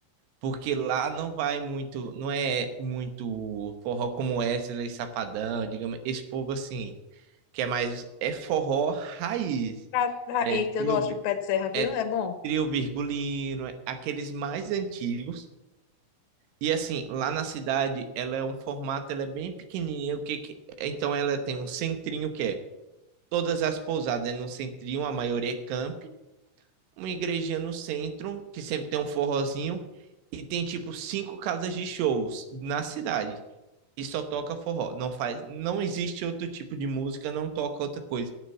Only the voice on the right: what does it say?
porque lá não vai muito, não é muito forró como Wesley Safadão, digamos, esse povo assim, que é mais, é forró raiz,
é
trio,
vi-
é
trio virgulino, é aqueles mais antigos e assim, lá na cidade, ela é um formato, ela é bem pequenininha, o que que- então ela tem um centrinho que é todas as pousadas é no centrinho, a maioria é camp, uma igrejinha no centro, que sempre tem um forrozinho, e tem tipo cinco casas de shows na cidade e só toca forró. Não faz, não existe outro tipo de música, não toca outra coisa.